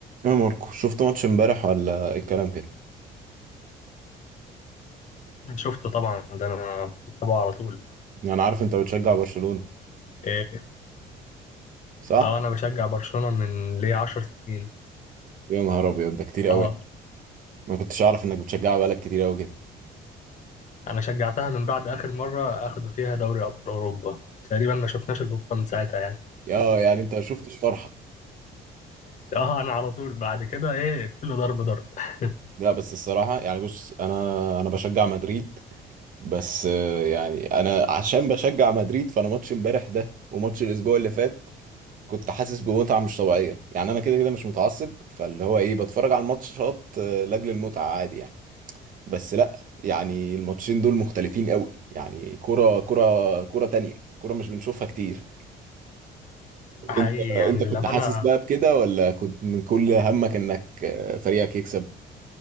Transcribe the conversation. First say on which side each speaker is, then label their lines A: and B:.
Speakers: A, on the right (about 50°); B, on the left (about 45°).
A: يا ماركو شفت ماتش امبارح ولا إيه الكلام كده
B: شفته طبعا ده انا متابعه على طول
A: انا عارف انت بتشجع برشلونة
B: إيه،
A: صح
B: اه انا بشجع برشلونة من ليه 10 سنين
A: يا نهار ابيض ده كتير قوي
B: اه
A: ما كنتش اعرف انك بتشجعها بقالك كتير قوي كده
B: انا شجعتها من بعد اخر مرة اخدوا فيها دوري ابطال اوروبا تقريبا ما شفناش البطولة من ساعتها يعني
A: يا يعني انت ما شفتش فرحة
B: اه انا على طول بعد كده ايه كله ضرب ضرب ده
A: لا بس الصراحة يعني بص انا انا بشجع مدريد بس آه، يعني انا عشان بشجع مدريد فانا ماتش امبارح ده وماتش الاسبوع اللي فات كنت حاسس بمتعة مش طبيعية يعني انا كده كده مش متعصب فاللي هو ايه بتفرج على الماتشات آه، لاجل المتعة عادي يعني بس لا يعني الماتشين دول مختلفين قوي يعني كرة كرة كرة تانية كرة مش بنشوفها كتير
B: حقيقي
A: انت
B: يعني
A: انت
B: للأمانة
A: كنت حاسس بقى بكده ولا كنت من كل همك انك آه، فريقك يكسب